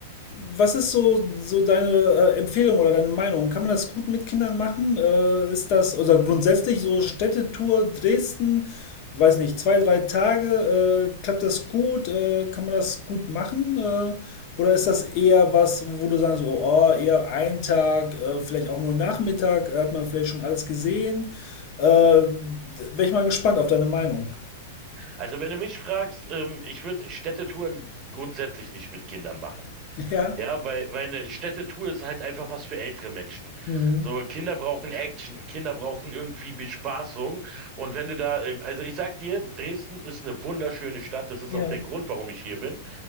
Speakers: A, on the left; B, on the right.
A: Was ist so, so deine äh, Empfehlung oder deine Meinung? Kann man das gut mit Kindern machen? Äh, ist das, oder grundsätzlich so Städtetour Dresden, weiß nicht, zwei, drei Tage, äh, klappt das gut? Äh, kann man das gut machen? Äh, oder ist das eher was, wo du sagst, so, oh, eher ein Tag, äh, vielleicht auch nur Nachmittag, äh, hat man vielleicht schon alles gesehen? Äh, Wäre ich mal gespannt auf deine Meinung.
B: Also wenn du mich fragst, ähm, ich würde Städtetouren grundsätzlich nicht mit Kindern machen.
A: <laughs> Ja,
B: Ja, weil, weil eine Städtetour ist halt einfach was für ältere Menschen.
A: mhm.
B: So, Kinder brauchen Action, Kinder brauchen irgendwie Bespaßung. Und wenn du da, äh, also ich sag dir, Dresden ist eine wunderschöne Stadt. Das ist
A: Ja,
B: auch der Grund, warum ich hier bin.